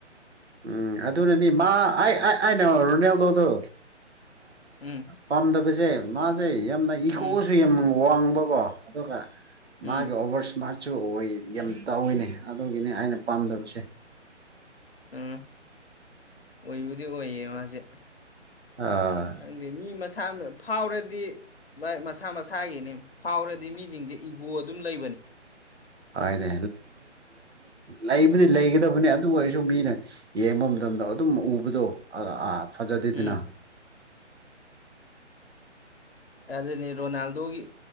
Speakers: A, on the right (about 65°); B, on the left (about 55°).
A: ꯎꯝ ꯑꯗꯨꯅꯅꯤ ꯃꯥ ꯑꯩ ꯑꯅꯦ ꯔꯣꯅꯥꯜꯗꯣꯗꯣ
B: ꯎꯝ
A: ꯄꯥꯝꯗꯕ ꯁꯦ ꯃꯥꯁꯦ ꯌꯥꯝꯅ ꯏꯀꯣꯁꯨ
B: ꯎꯝ
A: ꯌꯥꯝ ꯋꯥꯡꯕꯀꯣ ꯑꯗꯨꯒ
B: ꯎꯝ
A: ꯃꯥꯒꯤ ꯑꯣꯚꯔꯁ ꯃꯥꯁꯨ ꯌꯥꯝ ꯇꯧꯋꯤꯅꯦ ꯑꯗꯨꯒꯤꯅꯤ ꯑꯩꯅ ꯄꯥꯝꯗꯕꯁꯦ
B: ꯎꯝ ꯑꯣꯏꯕꯨꯗꯤ ꯑꯣꯏꯌꯦ ꯃꯥꯁꯦ
A: ꯑꯥ
B: ꯈꯪꯗꯦ ꯃꯤ ꯃꯁꯥ ꯐꯥꯎꯔꯗꯤ ꯚꯥꯏ ꯃꯁꯥ ꯃꯁꯥꯒꯤꯅꯤ ꯐꯥꯎꯔꯗꯤ ꯑ ꯃꯤꯁꯤꯡꯁꯦ ꯏꯒꯣ ꯑꯗꯨꯝ ꯂꯩꯕꯅꯤ
A: ꯍꯥꯏꯅꯦ ꯂꯩꯕꯗꯤ ꯂꯩꯒꯗꯕꯅꯤ ꯑꯗꯨ ꯑꯣꯏꯔꯁꯨ ꯃꯤꯅ ꯌꯦꯡꯕ ꯑꯃꯗ ꯃꯇꯝꯗꯣ ꯑꯗꯨꯝ ꯎꯕꯗꯣꯥ ꯐꯖꯥꯗꯤꯗꯅ
B: ꯎꯝ ꯑꯗꯨꯅꯦ ꯔꯣꯅꯥꯜꯗꯣꯒꯤ